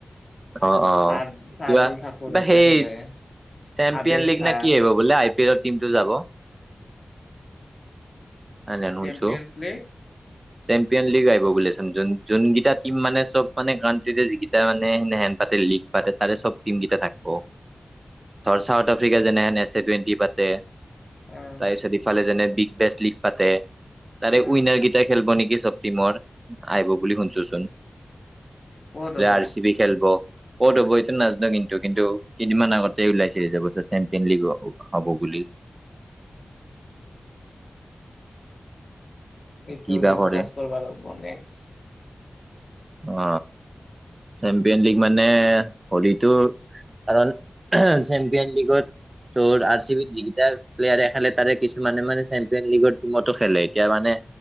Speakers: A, on the right; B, on the left.
A: অ, অ
B: চাৰ চাৰদুল
A: কিবা
B: ঠাকুৰ
A: কিবা
B: তাতে
A: সেই
B: খেলে
A: চেম্পিয়ন
B: আবেজ
A: লীগ
B: খান
A: নে কি আহিব বোলে? আই <unintelligible> টিমটো যাব। হেনেন
B: চেম্পিয়নছ
A: শুনছো
B: লীগ
A: চেম্পিয়ন লীগ আহিব বোলে চোন। যোন যোনকেইটা টিম মানে চব মানে কান্ট্ৰীৰে যিকিটা মানে সেনেহেন তে লীগ পাতে তাৰে চব টিম কেইটা থাকব। ধৰ চাউথ আফ্ৰিকা যেনেহেন এছ এ টুৱেণ্টি পাতে।
B: আহ
A: তাৰপিছত ইফালে যেনে বিগ বেচ লীগ পাতে। তাৰে
B: আহ
A: উইনাৰ কেইটা খেলব নেকি। ব টিমৰ আইব বুলি শুনছোচোন।
B: ক'ত হ'ব
A: আৰ চি বি খেলব ক'ত হব এইটো নাজানা কিন্তু। কিন্তু কেইদিনমান আগতেই ওলাইছে <unintelligible> চেম্পিয়ন লীগ হব বুলি। <inaudible>
B: এইটো
A: কি বা
B: ডিস্কাছ
A: কৰে
B: কৰিবা লাগব নেক্সট।
A: অ চেম্পিয়ন লীগ মানে হ'লীটো কাৰণ চেম্পিয়ন লীগত তোৰ আৰ চি বিৰ যিকেইটা প্লেয়াৰে খেলে, তাৰে কিছুমানে মানে চেম্পিয়ন লীগৰ টিমতো খেলে। এতিয়া মানে